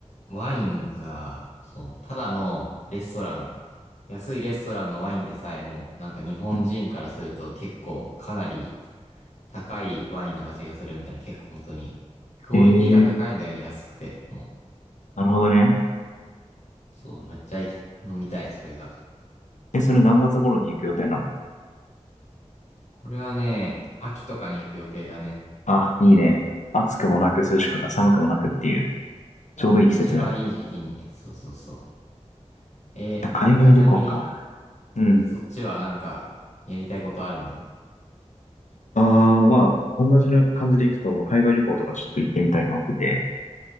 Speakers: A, on the left; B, on the left.
A: ワインが、そう、ただのレストラン、安いレストランのワインでさえも、なんか日本人からすると結構かなり
B: うん
A: 高いワインの味がするみたいな、結構本当に、クオリティが高いんだよね、
B: ええ
A: 安くて、もう。
B: なるほどね。
A: そう、めっちゃ行き飲みたい、それが。
B: え、それ何月頃に行く予定なの
A: これはね、秋とかに行く予定だね。
B: あ、いいね。暑くもなく涼しく、あ寒くもなくっていう、ちょうどいい季節だよ。
A: そう、一番いい時期に。そうそうそう。え、
B: あ海外旅行か。
A: ちなみに、
B: うん。
A: そっちはなんか、やりたいことあるの
B: ああ、まあ、同じな感じで行くと、海外旅行とかちょっと行ってみたいと思ってて。